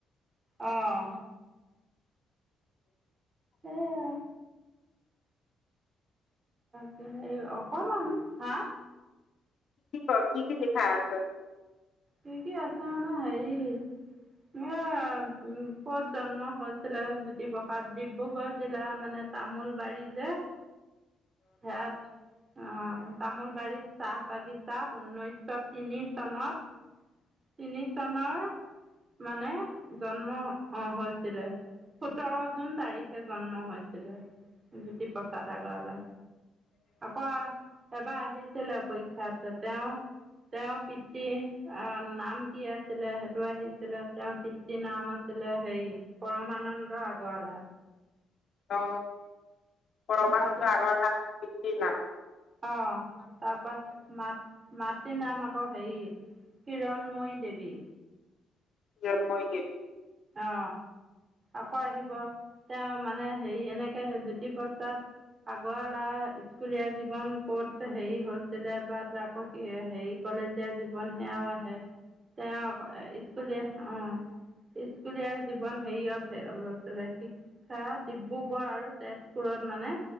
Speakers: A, on the right; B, on the left.
A: অঁ এইয়া ত হে অকমান হাঁ
B: কি ক কি কি লিখা আছে?
A: কি কি আছে মানে হেৰি এ য়া, কত জন্ম হৈছিলে জ্যোতিপ্ৰসাদ ডিব্ৰুগড় জিলা, মানে তামোলবাৰী যে সেয়া ত অহ তামোলবাৰীত চাহ বাগিচাত ঊনৈছশ তিনি চনত তিনি চনৰ মানে জন্ম আহ হৈছিলে সোতৰ জুন তাৰিখে জন্ম হৈছিলে জ্যোতিপ্ৰসাদ আগৰবালা আকৌ এবাৰ আহিছিলে পৰীক্ষাত তেওঁ তেওঁৰ পিতৃ আহ নাম কি আছিলে, সেইটো আহিছিলে তেওঁৰ পিতৃ নাম আছিলে হেৰি পৰমানন্দ আগৰৱালা।
B: অ পৰমানন্দ
A: তাৰপিছ
B: আগৰৱালা <unintelligible>
A: অ তাৰপা মাত মাতৃ নাম আকৌ হেই কিৰণময়ী দেৱী
B: কিৰণময়ী দেৱী
A: অ আকৌ আহিব, তেওঁ মানে হেৰি এনেকে জ্যোতিপ্ৰসাদ আগৰৱালা স্কুলীয়া জীৱন ক'ত হেৰি হৈছিলে বা আকৌ হে কলেজীয়া জীৱন সেয়াও আহে তেওঁ আক এ স্কুলীয়া অ স্কুলীয়া জীৱন হেৰিয়ত হে লৈছিলে শিক্ষা ডিব্ৰুগড় আৰু তেজপুৰত মানে।